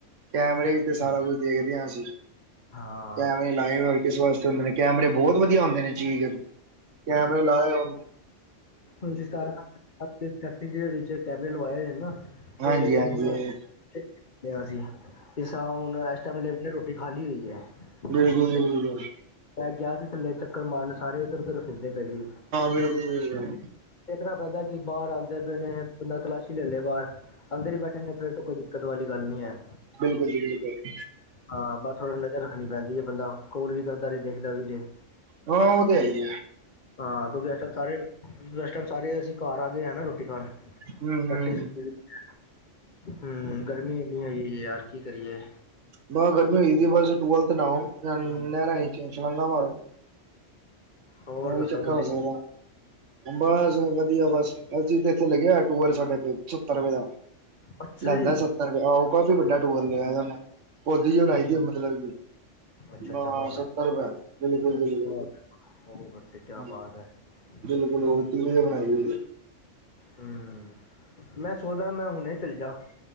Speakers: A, on the right (about 70°); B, on the left (about 40°).
A: ਕੈਮਰੇ ਵੀ ਤੇ ਸਾਰਾ
B: ਅੱਛਾ
A: ਕੁੱਛ ਦੇਖਦੇ ਹਾਂ ਅਸੀਂ
B: ਹਾਂ।
A: ਕੈਮਰੇ ਲਾਏ ਹੋਏ ਕਿਸ ਵਾਸਤੇ ਓਹਨਾ ਨੇ ਕੈਮਰੇ ਬਹੁਤ ਵਧੀਆ ਹੁੰਦੇ ਨੇ ਚੀਜ਼ ਕੈਮਰੇ ਲਾਏ ਲੋ
B: ਹਾਂਜੀ ਸਾਰਾ <unintelligible> ਜੇੜੇ ਵਿੱਚ ਕੈਮਰੇ ਲਵਾਏ ਹੋਏ ਨਾ
A: ਹਾਂਜੀ
B: ਤੇ
A: ਹਾਂਜੀ
B: ਹੁਣ <unintelligible> ਜਿਸਰਾ ਹੁਣ ਇਸ ਟਾਈਮ ਲੇਬਰ ਨੇ ਰੋਟੀ ਖਾਲੀ ਹੋਈ ਹੈ।
A: ਬਿਲਕੁਲ-ਬਿਲਕੁਲ
B: ਤੇ ਮੈਂ ਗਿਆ ਸੀ ਥੱਲੇ ਚੱਕਰ ਮਾਰਨ ਸਾਰੇ ਇਧਰ ਉਧਰ ਫਿਰਦੇ ਪਏ ਸੀ।
A: ਬਿਲਕੁਲ-ਬਿਲਕੁਲ
B: ਦੇਖਣਾ ਪੈਂਦਾ ਕਿ ਬਾਹਰ ਆਦੇ ਪਏ ਨੇ ਬੰਦਾ ਤਲਾਸ਼ੀ ਲੈ ਲੇ ਬਾਰ ਅੰਦਰ ਹੀ ਬੈਠੇ ਨੇ ਫੇਰ ਤਾਂ ਕੋਈ ਦਿੱਕਤ ਵਾਲੀ ਗੱਲ ਨਹੀਂ ਏ।
A: <unintelligible>
B: ਹਾਂ ਬਸ ਥੋੜ੍ਹਾ ਨਜ਼ਰ ਰੱਖਣੀ ਪੈਂਦੀ ਹੈ ਬੰਦਾ ਕੋਲ ਵੀ ਕਰਦਾ ਰੇ ਦੇਖਦਾ ਵੀ ਰੇ।
A: ਹਾਂ ਉਹ ਤੇ ਹੈ ਹੀ ਏ।
B: ਹਾ ਕਿਓਂਕਿ ਇਸ ਟਾਈਮ ਸਾਰੇ, ਇਸ ਟਾਈਮ ਸਾਰੇ ਅਸੀਂ ਘਰ ਆ ਗਏ ਹੈ ਨਾ ਰੋਟੀ ਖਾਣ।
A: ਹੂੰ-ਹੂੰ
B: ਫੈਕਟਰੀ 'ਚ ਹੂੰ ਗਰਮੀ ਇਨੀ ਹੈਗੀ ਏ ਯਾਰ ਕੀ ਕਰੀਏ।
A: ਬਸ ਗਰਮੀ ਹੋਈ ਦੀ ਏ ਬਸ ਟੂਵਲਥ ਤੇ ਨਾਓ, ਨਹਰਾ
B: ਹੂੰ,
A: ਵਿਚ ਛਲਾਂਗਾ ਮਾਰੋ।
B: ਹੋਰ
A: ੳਹੀ
B: ਦੱਸੋ
A: ਚੱਕਰ
B: ਤੁਸੀਂ
A: ਹੋ ਸਕਦਾ। ਬਸ ਵਧੀਆ ਬਸ ਅਸੀ ਤੇ ਇਥੇ ਲੱਗੇਆ ਟੋਲ ਸਾਡੇ ਤੇ ਸੱਤਰ ਰੁਪਏ ਦਾ।
B: ਅੱਛਾ
A: ਲੈਂਦਾ
B: ਜੀ
A: ਸੱਤਰ ਰੁਪਏ ਆਹੋ ਕਾਫੀ ਵੱਡਾ ਟੂਯੁਬਲ
B: ਹੂੰ,
A: ਲਿਆ ਉਹਨੇ। ਹੋਦੀ ਜੀ ਬਣਾਈ
B: ਹੂੰ।
A: ਦੀ ਆ ਮਤਲਬ ਕੀ
B: ਅੱਛਾ
A: ਨਾ
B: ਅੱਛਾ ਵਾਹ ਬਈ
A: ਸੱਤਰ ਬਿਲਕੁਲ- ਬਿਲਕੁਲ।
B: ਵਾਹ ਉਹ ਬੇਟੇ ਕਿਆ
A: ਹਾਂ
B: ਬਾਤ ਹੈ।
A: ਬਿਲਕੁਲ
B: ਹੂੰ
A: ਉਹ <unintelligible> ਬਣਾਈ ਹੋਈ ਹੈ।
B: ਹੂੰ। ਮੈਂ ਸੋਚਦਾ ਵਾ ਮੈਂ ਹੁਣੇ ਚੱਲ ਜਾ